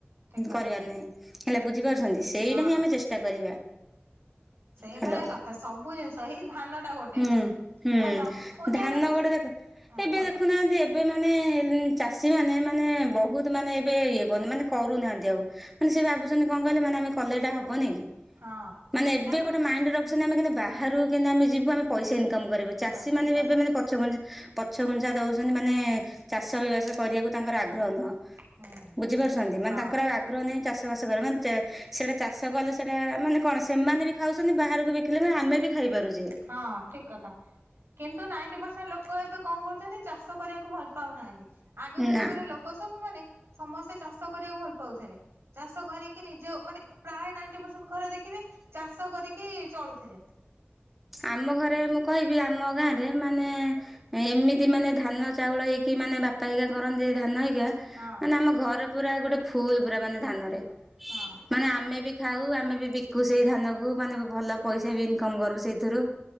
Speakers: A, on the right; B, in the centre.
A: ଠିକ କଥା
B: କରିବାର
A: କହିଲେ।
B: ନାହିଁ, ହେଲା ବୁଝିପାରୁଛନ୍ତି ସେଇଟା
A: ହଁ
B: ହିଁ ଆମେ ଚେଷ୍ ଚେଷ୍ଟା କରିବା।
A: ସେଇ
B: ହ୍ୟାଲୋ
A: ଭଳିଆ କଥା ସବୁ ଜିନିଷ ହେଇ ଧାନ ଟା ଗୋଟେ
B: ହୁଁ
A: ବି
B: ହୁଁ
A: ଧାନ ଓ କିଆ
B: ଧାନ
A: ମାନେ ସେ,
B: ଗୋଟେ ଦେଖ
A: ହଁ
B: ଏବେ
A: କୁହନ୍ତୁ।
B: ଦେଖୁନାହାନ୍ତି ଏବେ ମାନେ ଚାଷୀମାନେ ମାନେ ବହୁତ ମାନେ ଏବେ ଇଏ କରଛନ୍ତି, ମାନେ କରୁନାହାନ୍ତି ଆଉ। ମାନେ ସେ ଭାବୁଛନ୍ତି କଣ କହିଲେ ମାନେ ଆମେ କଲେ ଏଇଟା ହବନି କି,
A: ହଁ
B: ମାନେ ଏବେ
A: କାହିଁକି
B: ଗୋଟେ ମାଇଣ୍ଡ ର ରଖୁଛନ୍ତି ଆମେ କେମିତି ବାହାରୁକୁ କେମିତି ଆମେ ଯିବୁ ଆମେ ପଇସା ଇନକମ କରିବୁ, ଚାଷୀମାନେ
A: ନା ଠିକ
B: ବି
A: କଥା
B: ଏବେ ମାନେ ପ ପଛଘୁଞ୍ଚା ପଛଘୁଞ୍ଚା ଦଉଛନ୍ତି ମାନେ ଚାଷବାସ କରିବାକୁ ତାଙ୍କର ଆଗ୍ରହ ନୁହଁ।
A: ହୁଁ
B: ବୁଝିପାରୁଛନ୍ତି ମାନେ
A: ହଁ
B: ତାଙ୍କର ଆଉ ଆ ଆଗ୍ରହ ନାହିଁ ଚାଷବାସ କରିବାକୁ ମାନେ ଚେ, ସେଟା ଚାଷ କଲେ ସେଟା ମାନେ କଣ ସେମାନେ ବି ଖାଉଛନ୍ତି ବାହାରକୁ ବି ବିକିଲେ ଆମେ ବି ଖାଇପାରୁଛେ।
A: ହଁ, ଠିକ୍ କଥା। କିନ୍ତୁ ନାଇଣ୍ଟି ପରସେଣ୍ଟ ଲୋକ ଏବେ କଣ କରୁଛନ୍ତି ଚାଷ କରିବାକୁ ଭଲ ପାଉନାହାନ୍ତି, ଆଗକା
B: ନା
A: ଯୁଗରେ ଲୋ ଲୋକ ସବୁ ମାନେ ସମସ୍ତେ ଚାଷ କରିବାକୁ ଭଲ ପାଉଥିଲେ। ଚାଷ କରିକି ନିଜ ମାନେ ପ୍ରାୟ ନାଇଟି ପରସେଣ୍ଟ ଘରେ ଦେଖିବେ ଚାଷ କରିକି ଚଳୁଥିଲେ।
B: ଆମ ଘରେ ମୁଁ କହିବି ଆମ ଗାଁରେ
A: ହଁ
B: ମାନେ ଏମିତି ମାନେ ଧାନ ଚାଉଳ ହେଇକି ମାନେ ବାପା ହେରିକା କରନ୍ତି ଧାନ ହେରିକା
A: ହଁ
B: ମାନେ ଆମ ଘର ପୁରା ଗୋଟେ ଫୁଲ୍ ପୁରା ମାନେ ଧାନରେ।
A: ହଁ।
B: ମାନେ ଆମେ ବି ଖାଉ ଆମେ ବି ବିକୁ ସେଇ ଧାନକୁ, ମାନେ ଭଲ ପଇସା ବି ଇନକମ କରୁ ସେଇ ଥିରୁ,